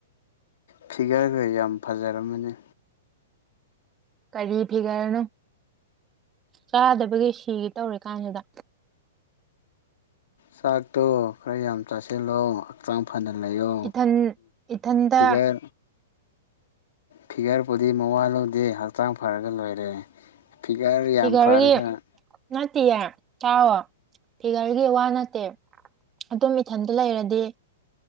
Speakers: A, on the left; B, on the right.
A: ꯐꯤꯒꯔꯒ ꯌꯥꯝ ꯐꯖꯔꯝꯃꯅꯤ
B: ꯀꯔꯤ ꯐꯤꯒꯔꯅꯣ ꯆꯥꯗꯕꯒꯤ ꯁꯤꯒ ꯇꯧꯔꯤ ꯀꯥꯟꯁꯤꯗ
A: ꯆꯥꯛꯇꯣ ꯈꯔ ꯌꯥꯝ ꯆꯥꯁꯤꯜꯂꯣ ꯍꯛꯆꯥꯡ ꯐ ꯐꯅ ꯂꯩꯌꯣ
B: ꯏꯊꯟ ꯏꯊꯟꯇ
A: ꯐꯤꯒꯔ ꯐꯤꯒꯔꯄꯨꯗꯤ ꯃꯋꯥ ꯂꯧꯗꯦ ꯍꯛꯆꯥꯡ ꯐꯔꯒ ꯂꯣꯏꯔꯦ ꯐꯤꯒꯔ ꯌꯥꯝ
B: ꯍꯤꯒꯒꯤ
A: ꯐꯔꯒ
B: ꯅꯠꯇꯤꯌꯥ ꯇꯎꯣ ꯐꯤꯒꯔꯒꯤ ꯋꯥ ꯅꯠꯇꯦ ꯑꯗꯨꯝ ꯏꯊꯟꯗ ꯂꯩꯔꯗꯤ